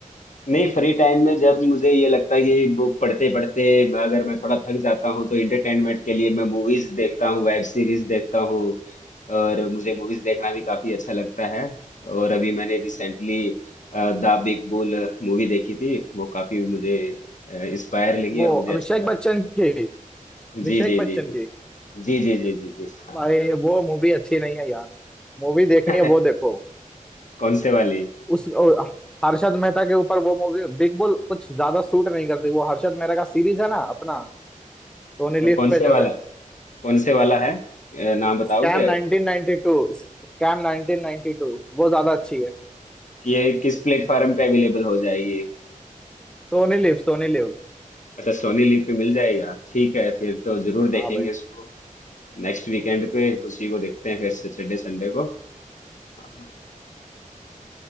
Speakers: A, on the left (about 65°); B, in the centre.
A: नहीं फ्री टाइम में जब मुझे ये लगता है कि बुक पढ़ते पढ़ते अगर मैं थोड़ा थक जाता हूँ तो इंटरटेनमेंट के लिए मैं मूवीज देखता हूँ वेब सीरीज देखता हूँ और मुझे मूवीज देखना भी काफी अच्छा लगता है और अभी मैंने recently the big bull movie देखी थी वो काफी मुझे इंस्पायर लगी
B: वो
A: और
B: अभिषेक
A: मुझे अच्छा लगा
B: बच्चन की अभिषेक
A: जी जी
B: बच्चन
A: जी जी
B: की
A: जी जी जी जी जी हाँ
B: भाई वो मूवी अच्छी नहीं है यार मूवी देखनी
A: <laughs>
B: है वो देखो
A: कौन से वाली
B: उस ओ, हर्षद मेहता के ऊपर वो मूवी बिग बुल कुछ ज्यादा सूट नहीं करती वो हर्षद मेहता का सीरीज है ना अपना सोनी
A: अ,
B: लिव
A: कौन
B: पे
A: से
B: जो
A: वाला
B: है
A: कौन से वाला है अ, नाम बताओगे
B: स्कैम 1992 स्कैम 1992 वो ज्यादा अच्छी है
A: कि ये किस प्लेटफॉर्म पे अवेलेबल हो जाएगी
B: Sony Liv Sony Liv
A: अच्छा सोनी लिव पे मिल जाएगा ठीक है फिर तो जरूर देखेंगे
B: हाँ भाई
A: इसको नेक्स्ट वीकेंड पे उसी को देखते हैं फिर सैटरडे संडे को हाँ,